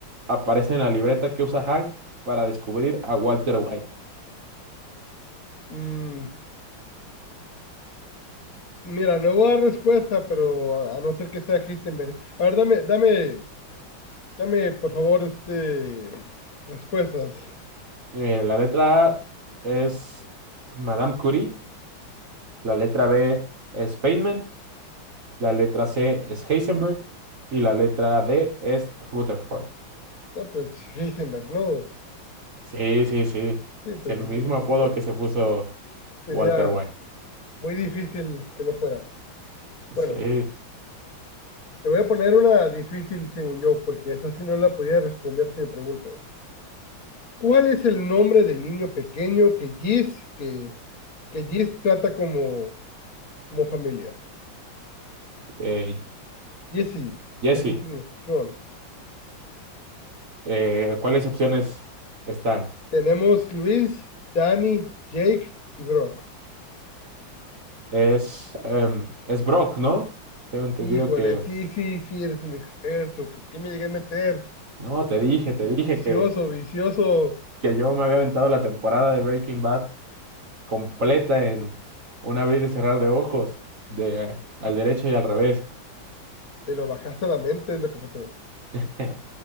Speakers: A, on the right; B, on the left.
A: aparece en la libreta que usa Hank para descubrir a Walter White?
B: Mm, mira, no voy a dar respuesta, pero a a no ser que sea Heisenberg. A ver, dame, dame, dame, por favor, este, respuestas.
A: Eh, la letra A es Madame Curie, La letra B es Feynman, la letra C es Heisenberg y la letra D es Rutherford.
B: No, pues Heisenberg, no.
A: Sí, sí, sí.
B: Sí, pues
A: Es el
B: sí,
A: mismo
B: sí,
A: apodo
B: sí, sí.
A: que se puso
B: sería
A: Walter White.
B: muy difícil que no fuera. Bueno,
A: Sí.
B: te voy a poner una difícil según yo, porque esa sí no la podía responder si me preguntas. ¿Cuál es el nombre del niño pequeño que Giz, que, que Giz trata como, como familia?
A: Eh,
B: Jesse,
A: Jesse,
B: Jesse Pinkman, Simón.
A: eh, ¿cuáles opciones están?
B: Tenemos Luis, Danny, Jake y Brock.
A: Es, em, es Brock, ¿no? Tengo entendido
B: Híjole,
A: que...
B: sí, sí, sí, eres un experto. ¿Qué, qué me llegué a meter?
A: No, te dije,
B: Vici-
A: te dije
B: Vicioso,
A: que,
B: vicioso.
A: que yo me había aventado la temporada de Breaking Bad completa en un abrir y cerrar de ojos, de al derecho y al revés.
B: Te lo bajaste a la mente, es lo que pasó.
A: <laughs>